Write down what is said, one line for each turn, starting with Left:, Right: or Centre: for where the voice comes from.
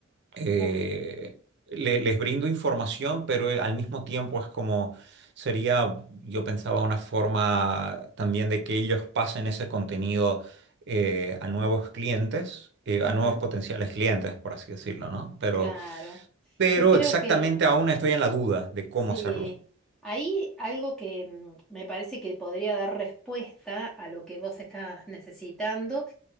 Right: eh,
Centre: Uf.
Right: le- les brindo información, pero eh, al mismo tiempo es como sería, yo pensaba, una forma también de que ellos pasen ese contenido eh, a nuevos clientes, eh,
Centre: Ujú,
Right: a nuevos potenciales clientes, por así decirlo, ¿no? Pero,
Centre: Claro.
Right: pero
Centre: Yo creo
Right: exactamente
Centre: que
Right: aún estoy en la duda de cómo
Centre: Sí,
Right: hacerlo.
Centre: ahí algo que mm, me parece que podría dar respuesta a lo que vos estás necesitando